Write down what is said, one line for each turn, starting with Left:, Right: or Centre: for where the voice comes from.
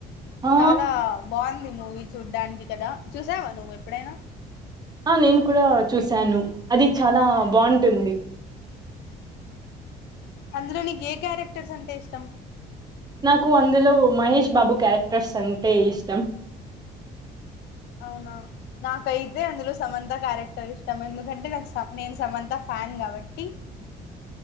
Right: ఆ
Left: చాలా బాగుంది మూవీ చూడ్డానికి కదా చూసావా నువ్వు ఎప్పుడైనా
Right: ఆ నేను కూడా చూసాను అది చాలా బాగుంటుంది
Left: అందులో నీకు ఏ క్యారెక్టర్స్ అంటే ఇష్టం
Right: నాకు అందులో మహేష్ బాబు క్యారెక్టర్స్ అంటే ఇష్టం
Left: అవునా నాకైతే అందులో సమంత క్యారెక్టర్ ఇష్టం ఎందుకంటే నాకు స నేను సమంత ఫ్యాన్ కాబట్టి